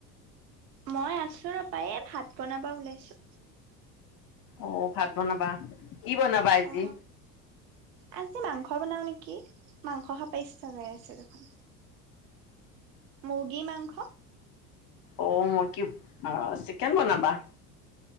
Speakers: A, on the right; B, on the left.
A: মই আছো ৰবা, এই ভাত বনাবা ওলাইছো।
B: অ ভাত বনাবা। কি বনাবা আজি?
A: অ আজি মাংস বনাওঁ নেকি, মাংস খাব ইচ্ছা জাই আছে দেখোন। মুগী মাংস।
B: অ মই কি, আহ চিকেন বনাবা।